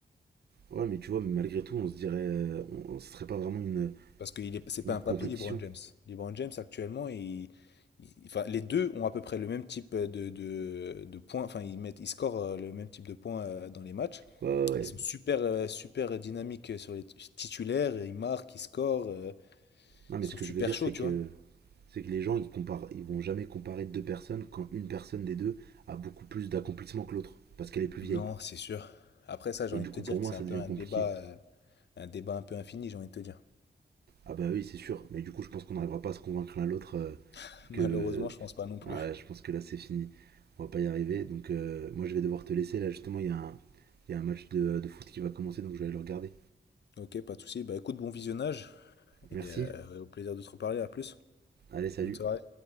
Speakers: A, on the right (about 60°); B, on the left (about 65°).
A: Ouais, mais tu vois, malgré tout, on se dirait. euh, on- Ce serait pas vraiment une,
B: Parce que il est, c'est pas
A: une
B: un papy,
A: compétition.
B: LeBron James. LeBron James actuellement, il, il- enfin, les deux ont à peu près le même type de, de, de points, enfin ils mettent, ils scorent euh, le même type de points euh, dans les matchs.
A: Ouais, ouais, ouais.
B: Ils sont super, euh, super dynamiques sur les t- titulaires, ils marquent, ils scorent, euh, ils
A: Non, mais ce
B: sont
A: que
B: super
A: je veux dire,
B: chauds,
A: c'est
B: tu
A: que.
B: vois.
A: C'est que les gens, ils, comparent, ils vont jamais comparer deux personnes quand une personne des deux a beaucoup plus d'accomplissement que l'autre, parce qu'elle est plus
B: Non,
A: vieille.
B: c'est sûr. Après ça, j'ai
A: Et
B: envie
A: du
B: de te
A: coup,
B: dire
A: pour
B: que
A: moi,
B: c'est
A: ça
B: un
A: devient
B: peu un
A: compliqué.
B: débat. euh, un débat un peu infini, j'ai envie de te dire.
A: Ah bah oui, c'est sûr. Mais du coup, je pense qu'on n'arrivera pas à se convaincre l'un l'autre euh,
B: <laughs> Malheureusement,
A: que...
B: je pense pas non plus.
A: Ah, ouais, je pense que là, c'est fini. On va pas y arriver. Donc euh, moi, je vais devoir te laisser. Là, justement, il y a un, il y a un match de, de foot qui va commencer, donc je vais aller le regarder.
B: Ok, pas de souci. Bah écoute, bon visionnage et
A: Merci.
B: euh, au plaisir de te reparler. À plus.
A: Allez, salut.
B: Bonne soirée.